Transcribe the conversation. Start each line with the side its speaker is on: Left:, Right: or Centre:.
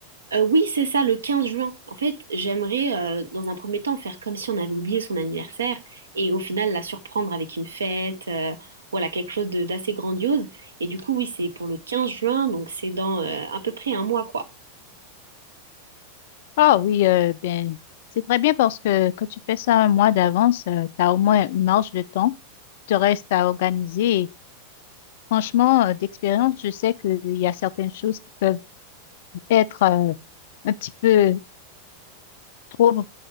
Right: Euh, oui, c'est ça, le 15 juin. En fait, j'aimerais, euh, dans un premier temps, faire comme si on avait oublié son anniversaire et au final la surprendre avec une fête, euh, voilà, quelque chose de- d'assez grandiose. Et du coup, oui, c'est pour le 15 juin, donc c'est dans euh, à peu près un mois, quoi.
Left: Ah oui, euh, ben, c'est très bien parce que quand tu fais ça un mois d'avance, tu as au moins une marge de temps qui te reste à organiser. Et franchement, euh, d'expérience, je sais qu'il y a certaines choses qui peuvent être euh, un petit peu trop